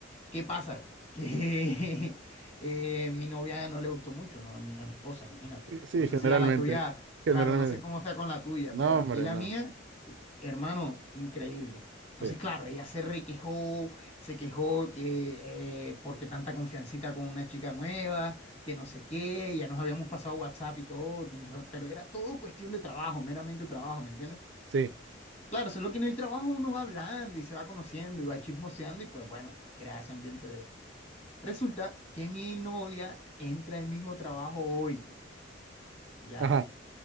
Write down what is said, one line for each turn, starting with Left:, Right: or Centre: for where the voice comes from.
Left: ¿Qué pasa? Que <laughs> eh, mi novia no le gustó mucho, ¿no? A mi, a mi esposa, imagínate.
Right: eh, sí,
Left: No sé
Right: generalmente,
Left: si a la tuya,
Right: generalmente,
Left: claro, no sé cómo sea con la tuya,
Right: no,
Left: pero
Right: hombre,
Left: aquí la
Right: no,
Left: mía Hermano, increíble. Entonces,
Right: sí,
Left: claro, ella se requejó, se quejó que eh, porque tanta confiancita con una chica nueva, que no sé qué, ya nos habíamos pasado WhatsApp y todo, tienes ra- pero era todo cuestión de trabajo, meramente trabajo, ¿me entiendes?
Right: sí,
Left: Claro, eso es lo que en el trabajo uno va hablando y se va conociendo y va chismoseando y pues bueno, crea ese ambiente de... Resulta que mi novia entra al mismo trabajo hoy, ya.
Right: ajá,